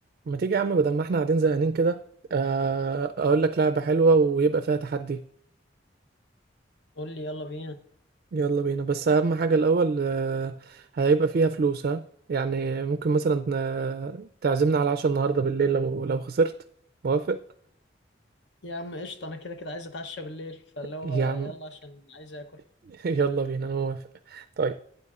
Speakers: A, on the right; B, on the left.
A: ما تيجي يا عم بدل ما احنا قاعدين زهقانين كده آه، اقول لك لعبة حلوة ويبقى فيها تحدي
B: قول لي يلا بينا
A: يلا بينا بس اهم حاجة الاول آه، هيبقى فيها فلوس ها يعني ممكن مثلا آه، تعزمنا على عشاء النهاردة بالليل لو لو خسرت موافق
B: يا عم قشطة أنا كده كده عايز أتعشى بالليل فاللي هو
A: يا عم
B: يلا عشان عايز آكل
A: <laughs> يلا بينا انا موافق طيب